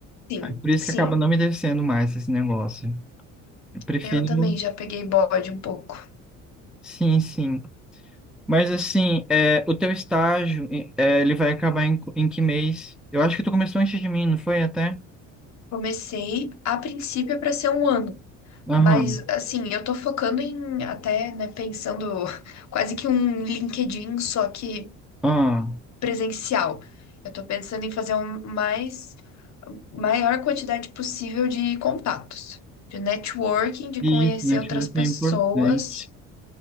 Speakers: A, on the left; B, in the centre.
A: Sim,
B: Por isso
A: sim.
B: que acaba não me descendo mais esse negócio. Eu prefiro,
A: Eu também já peguei bode um pouco.
B: sim, sim. Mas assim, é, o teu estágio, é, ele vai acabar em, em que mês? Eu acho que tu começou antes de mim, não foi até?
A: Comecei a princípio para ser um ano,
B: Aham,
A: mas assim, eu tô focando em até, né, pensando <laughs> quase que um LinkedIn, só que
B: ah,
A: presencial. Eu estou pensando em fazer um mais maior quantidade possível de contatos, de networking, de
B: isso,
A: conhecer
B: network
A: outras pessoas,
B: é importante.